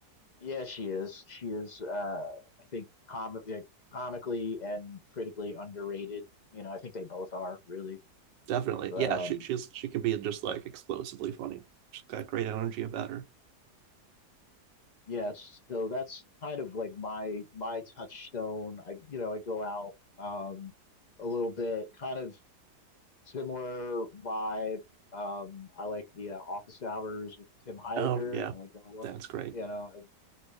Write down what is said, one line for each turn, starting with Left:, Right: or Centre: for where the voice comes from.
Left: Yeah, she is. She is. Uh, I think com like, comically and critically underrated. You know, I think they both are really.
Right: Definitely.
Left: But
Right: Yeah,
Left: um,
Right: she she's she can be just like explosively funny. She's got great energy about her.
Left: yes. So that's kind of like my my touchstone. I you know I go out um a little bit, kind of similar vibe. Um, I like the uh, Office Hours with Tim Heidecker.
Right: Oh yeah,
Left: I like that one.
Right: that's great.
Left: You know,